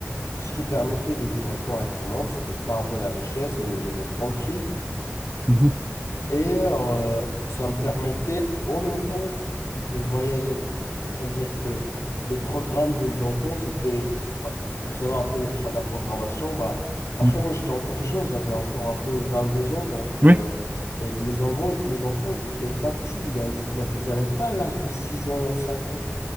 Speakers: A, on the left; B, on the right.
A: ce qui me permettait de vivre correctement. C'était pas un peu la richesse, mais j'étais tranquille.
B: Mhm.
A: Et euh, ça me permettait en même temps de voyager. Ça veut dire que le programme des enfants, c'était, bah, pour savoir un peu le pro- la programmation, bah, après
B: Mhm.
A: moi j'étais encore jeune, j'avais encore un peu vingt deux ans, donc euh,
B: Oui.
A: et les enfants, les enfants, ils étaient pas petits, ils a- ils avaient ils n'avaient pas l'âge de 6 ans, 5 ans.